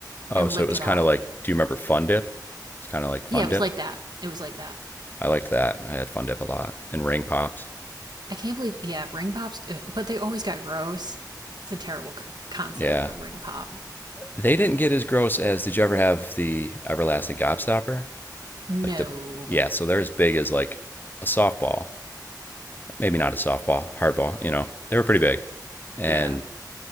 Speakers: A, on the left; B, on the right.
A: Oh,
B: and
A: so
B: lick
A: it was
B: it
A: kind
B: off.
A: of like, do you remember Fun Dip? It's kind of like Fun
B: Yeah, it was
A: Dip.
B: like that. It was like that.
A: I liked that. I had Fun Dip a lot and Ring Pops.
B: I can't believe, yeah, ring pops, uh, but they always got gross. It's a terrible concept
A: Yeah,
B: of ring pop.
A: They didn't get as gross as. Did you ever have the everlasting gobstopper?
B: No.
A: Like the yeah, so they're as big as like a softball. Maybe not a softball, hardball. You know, they were pretty big, and
B: Yeah,